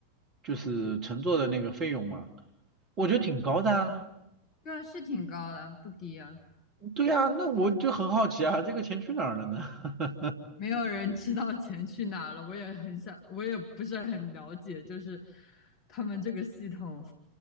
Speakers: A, on the right (about 30°); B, on the left (about 35°).
A: 就是乘坐的那个费用嘛，我觉得挺高的啊。
B: 嗯，对，啊，是挺高的，不低啊。
A: 对呀，那我就很好奇啊，这个钱去哪儿了呢？<laughs>
B: 没有人知道钱去哪了，我也很想，我也不是很了解，就是他们这个系统，